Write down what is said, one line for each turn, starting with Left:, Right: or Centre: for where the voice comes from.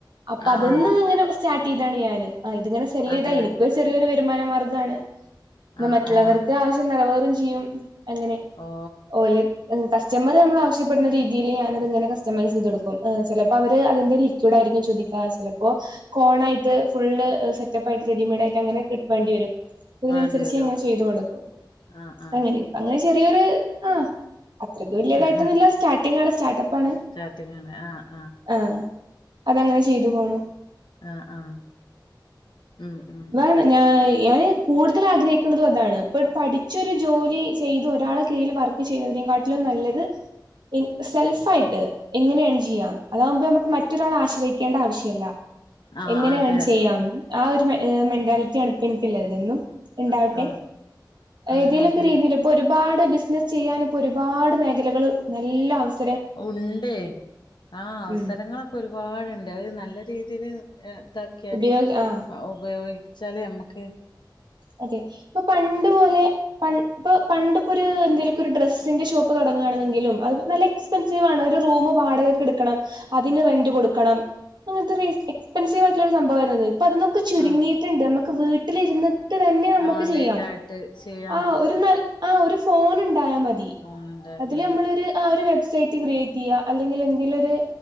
Right: അപ്പ
Left: ആഹ്
Right: അതിന്നിങ്ങനെ സ്റ്റാർട്ട് ചെയ്തതാണ് ഞാന് ഇതിങ്ങനെ വലൃ
Left: അതെ
Right: ഇതാ എനിക്കൊരു ചെറിയൊരു വരുമാന മാർഗാണ് എന്നാ
Left: ആഹ്
Right: മറ്റുള്ളവർക്ക്
Left: ആഹ്
Right: ആവശ്യം നിറവേറും ചെയ്യും. അങ്ങനെ
Left: ഓ
Right: ഓല് കസ്റ്റമറ് നമ്മള് ആവശ്യപ്പെടുന്ന രീതിയില് ഞാനതങ്ങനെ കസ്റ്റമൈസ് ചെയ്തൊടുക്കും ആ ചെലപ്പോ അവര് അതിന്റെ ലിക്വിഡായിരിക്കും ചോദി ആ ചെലപ്പോ കോണായിട്ട് ഫുള്ള് സെറ്റപ്പായിട്ട് റെഡിമെയ്ഡായിട്ട് അങ്ങനെ കിട്ട് വേണ്ടിവരും. അതിനനുസരിച്ച്
Left: വേണ്ടി വരും
Right: ഞാനങ്ങനെ ചെയ്തുകൊടുക്കും
Left: ആഹ്
Right: അങ്ങനെ അങ്ങനെ ചെറിയൊരു ആ അത്രയ്ക്ക് വലൃതായിട്ടൊന്നില്ല
Left: ആഹ്
Right: സ്റ്റാർട്ടിങ്ങാണ് സ്റ്റാർട്ടപ്പാണ്
Left: സ്റ്റാർട്ടിങ് ആണ് ആഹ് ആഹ്
Right: ആ അതങ്ങനെ ചെയ്തുപോണു.
Left: ആ ആ ഉം ഉം.
Right: ഇതാണ് ഞാൻ ഞാന്. കൂടുതല് ആഗ്രഹിക്കുന്നതും അതാണ് ഇപ്പൊ പഠിച്ചൊരു ജോലി ചെയ്ത് ഒരാളെ കീഴില് വർക്ക് ചെയ്യുന്നതിനെകാട്ടിലും നല്ലത് ഈ സെൽഫായിട്ട് എങ്ങനെ ഏൺചെയ്യാം അതാകുമ്പോ നമുക്ക് മറ്റൊരാളെ ആശ്രയിക്കേണ്ട ആവശ്യമില്ല.
Left: ആഹ്
Right: എങ്ങനെ
Left: അതെ
Right: ഏൺചെയ്യാം ആ ഒരു മെ ഏ മെന്റാലിറ്റിയാണിപ്പൊ എനിക്കുള്ളത് എന്നും ഉണ്ടാവട്ടെ
Left: ആഹ് ആഹ്
Right: ഏതേലൊക്കെ
Left: അതെ
Right: രീതിയില് ഇപ്പോ ഒരുപാട് ബിസിനസ്സ് ചെയ്യാനിപ്പോ ഒരുപാട് മേഖലകള് നല്ല അവസ
Left: ഉണ്ടേ ആ അവസരങ്ങള
Right: ഉം
Left: ഇപ്പ ഒരുപാടൊണ്ട് അത് നല്ല രീതിയില് എ ഇതാക്കിയാല്
Right: ഉപയോഗ ആഹ്
Left: അ ഉപയോഗി ച്ചാല് ഞമ്മക്ക്
Right: അതെ ഇപ്പൊ പണ്ട് മുതലേ പൺ ഇപ്പൊ പണ്ട് ഇപ്പൊരു എന്തേലൊക്കൊ ഓരു ഡ്രസ്സിന്റെ ഷോപ്പ് തൊടങ്ങാണ്ന്നെങ്കിലും അത് നല്ല എക്സ് സ്പെൻസീവ് ആണ്. ഒരു റൂമ് വാടകക്ക് ഇട്ക്കണം അതിന് റെന്റ് കൊടുക്കണം അങ്ങൻത്തെര് എക്സ്പെൻസീവ് ആയിട്ട്ള്ള ഒരു സംഭവായിര്ന്നത്. ഇപ്പൊ അതിന്നൊക്കെ ചുര്ങ്ങിയിട്ട്ണ്ട്
Left: ആഹ്
Right: നമ്മക്ക് വീട്ട്ലിര്ന്ന് ട്ട് തന്നെ നമ്മക്ക്
Left: ഓൺലൈനിലായിട്ട്
Right: ചെയ്യാം.
Left: ചെയ്യാം
Right: ആഹ് ഒരു നൽ ആഹ് ഒരു ഫോണ് ഇണ്ടായാ മതി
Left: ഫോണുണ്ടായ
Right: അതില്
Left: മതി
Right: നമ്മളൊര് ആഹ് ഒര് വെബ്സൈറ്റ് ക്രിയേറ്റ്യ്യാ. അല്ലങ്കിൽ എന്തേലൊര്